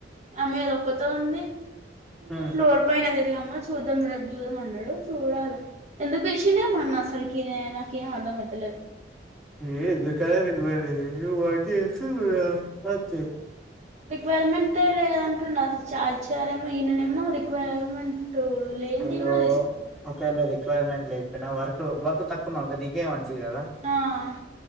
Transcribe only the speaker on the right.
అమ్మేదొక్కతే ఉంది. ఇగ
ఫ్లోర్ పైన తిరగం ఏమో చూద్దం రేప్ చూద్దం అన్నడూ చూడాలె. ఎందుక్ పిలిషిండేమో నన్నసల్కీ ఏమొ నాకేమ్ అర్థం ఐతలేద్
రిక్వైర్మెంటే లేదంటుండు అస్ చారి చారేమో ఈయననేమో రిక్వైర్మెంట్ లేనిది
కూడా తీసుకున్నాను
ఆ